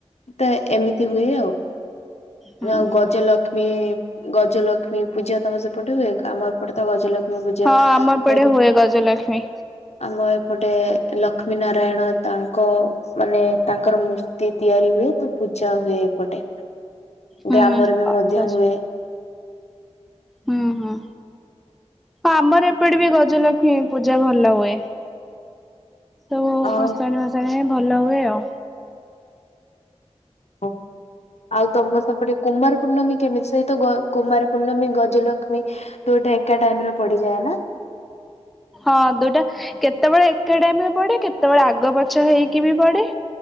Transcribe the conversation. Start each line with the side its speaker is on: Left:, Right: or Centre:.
Left: ତ ଏମିତି ହୁଏ ଆଉ।
Centre: ହୁଁ
Left: ଆଉ, ଗଜଲ
Centre: ହୁଁ।
Left: ଲକ୍ଷ୍ମୀ ଗଜଲକ୍ଷ୍ମୀ ପୂଜା ତମ ସେପଟେ ହୁଏ ଆମ ଏପଟେ ତ ଗଜଲକ୍ଷ୍ମୀ ପୂଜା
Centre: ହଁ। ଆମର ଏପଡେ
Left: ବହୁତ
Centre: ହୁଏ ଗଜଲକ୍ଷ୍ମୀ
Left: ଆମ ଏପଟେ ଲକ୍ଷ୍ମୀ ନାରାୟଣ, ତାଙ୍କ ମାନେ ତାଙ୍କର ମୂର୍ତ୍ତି ତିଆରି ହୁଏ। ତ ପୂଜା ହୁଏ ଏପଟେ।
Centre: ହୁଁ
Left: ଗ୍ରାମରେ ବି
Centre: ଆଚ୍ଛା
Left: ମଧ୍ୟ
Centre: ଆଚ୍ଛା
Left: ହୁଏ।
Centre: ହୁଁ, ହୁଁ। ଆମର ଏପଟେ ବି ଗଜଲକ୍ଷ୍ମୀ ପୂଜା ଭଲ ହୁଏ। ସବୁ
Left: ଆଉ
Centre: ଭସାଣି ଫସାଣି ଭଲ ହୁଏ ଆଉ
Left: ହଁ। ଆଉ ତମ ସେପଟେ କୁମାର ପୂର୍ଣ୍ଣମୀ କେମିତି? ସହିତ କୁମାର ପୂର୍ଣ୍ଣମୀ ଗଜଲକ୍ଷ୍ମୀ ଦୁଇଟା ଏକା ଟାଇମରେ ପଡିଯାଏ ନା?
Centre: ହଁ। ଦୁଇଟା କେତେବେଳେ ଏକେ ଟାଇମରେ ପଢେ। କେତେବେଳେ ଆଗ ପଛ ହେଇକି ବି ପଡେ।